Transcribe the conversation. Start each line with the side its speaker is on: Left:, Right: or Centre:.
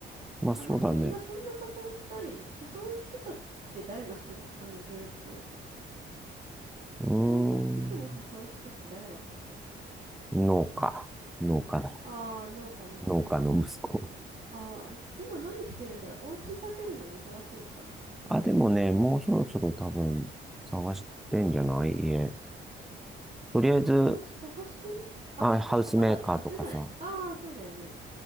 Centre: まあそうだね。
Right: まあ、なんかみんなそんな誘ったり、誘う人だって誰なの <laughs> あのグループで言うと。
Centre: うーん。
Right: 基本誘、いつも誘う人って誰だったんだろう。
Centre: 農家。農家の、
Right: ああ、農家の人か。
Centre: 農家の息子。
Right: ああ、今何してるんだろう。お家建てるのに忙しいのかな。
Centre: あ、でもね、もうそろそろ多分探してんじゃない家。とりあえず、
Right: 探し、探してるあ、
Centre: あ、ハウスメーカーとかさ、
Right: そっか、まだ建てない。ああ、そうだよね。